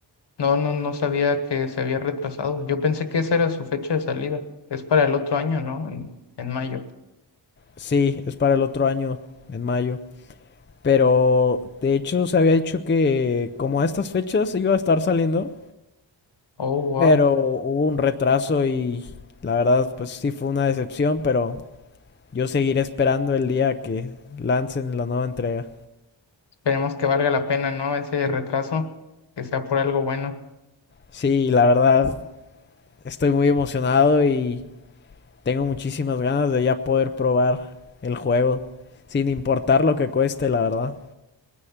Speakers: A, on the left; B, on the left.
A: no, no, no sabía que se había retrasado. Yo pensé que esa era su fecha de salida. Es para el otro año, ¿no? En, en mayo.
B: Sí, es para el otro año, en mayo. Pero de hecho se había dicho que como a estas fechas iba a estar saliendo,
A: Oh, wow.
B: pero hubo un retraso y la verdad pues sí fue una decepción, pero yo seguiré esperando el día que lancen la nueva entrega.
A: Esperemos que valga la pena, ¿no? Ese retraso, que sea por algo bueno.
B: Sí, la verdad estoy muy emocionado y... Tengo muchísimas ganas de ya poder probar el juego, sin importar lo que cueste, la verdad.